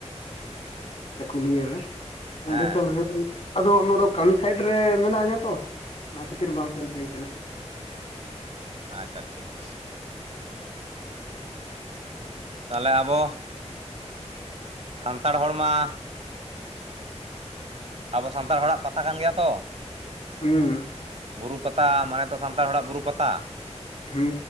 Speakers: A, on the left; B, on the right.
A: ᱪᱟᱹᱠᱩᱞᱤᱭᱟᱹ ᱨᱮ
B: ᱦᱮᱸ
A: ᱚᱸᱰᱮ ᱥᱮᱱ ᱦᱩᱭᱩᱜ <unintelligible> ᱟᱫᱚ ᱱᱚᱰᱮ ᱠᱟᱹᱢᱤ ᱥᱟᱭᱤᱰ ᱨᱮ ᱢᱮᱱᱟᱜ ᱤᱧᱟ ᱛᱚ ᱚᱱᱟ ᱠᱷᱟᱹᱛᱤᱨ ᱵᱟᱝ ᱥᱮᱱ ᱦᱩᱭ ᱟᱠᱟᱱᱟ
B: ᱟᱪᱪᱷᱟ ᱴᱷᱤᱠ ᱛᱟᱦᱚᱞᱮ ᱟᱵᱚ ᱥᱟᱱᱛᱟᱲ ᱦᱚᱲ ᱢᱟ ᱟᱵᱚ ᱥᱟᱱᱛᱟᱲ ᱦᱚᱲᱟᱜ ᱯᱟᱛᱟ ᱠᱟᱱ ᱜᱮᱭᱟ ᱛᱚ
A: ᱦᱩᱸ ᱦᱩᱸᱻᱻ
B: ᱵᱩᱨᱩ ᱯᱟᱛᱟ ᱢᱟᱱᱮ ᱛᱚ ᱥᱟᱱᱛᱟᱲ ᱦᱚᱲᱟᱜ ᱵᱩᱨᱩ ᱯᱟᱛᱟ
A: ᱦᱮᱸ